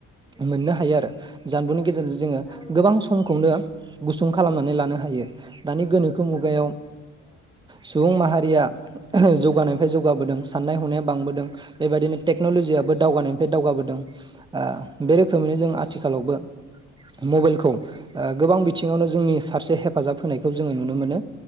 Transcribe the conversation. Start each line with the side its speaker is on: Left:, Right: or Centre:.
Right: मोननो हायो आरो जानबुंनि गेजेरजों जोंङो
Centre: औ
Right: गोबां
Centre: नंगौ
Right: समखौनो गुसुं खालामनानै लानो हायो दानि गोनोखो मुगायाव
Centre: औ
Right: सुबुं माहारिया जौगानायनिफ्राय
Centre: औ
Right: जौगाबोदों नायहरनाया बांबोदों बेबायदिनो टेक्न'लजियाबबो
Centre: नंगौ
Right: दावगानायनिफ्राय दावगाबोदों ओ
Centre: औ
Right: बे रोखोमैनो
Centre: नंगौ
Right: जों आथिखालावबो मबाइलखौ ओ गोबां बिथिङावनो जोंनि फारसे हेफाजाब होनायखौ जोङो नुनो मोनो